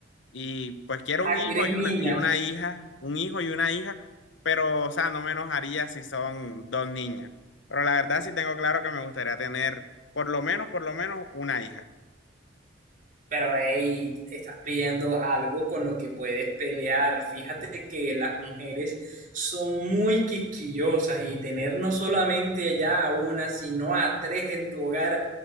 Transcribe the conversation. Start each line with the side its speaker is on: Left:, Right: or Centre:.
Left: y pues quiero
Right: Aquí
Left: un hijo
Right: eres
Left: y
Right: niña,
Left: una, y una hija, un hijo y una hija, pero o sea, no me enojaría si son dos niñas, pero la verdad sí tengo claro que me gustaría tener por lo menos, por lo menos una hija.
Right: pero hey, estás pidiendo algo con lo que puedes pelear. Fíjate que las mujeres son muy quisquillosas y tener no solamente ya a una, sino a tres en tu hogar,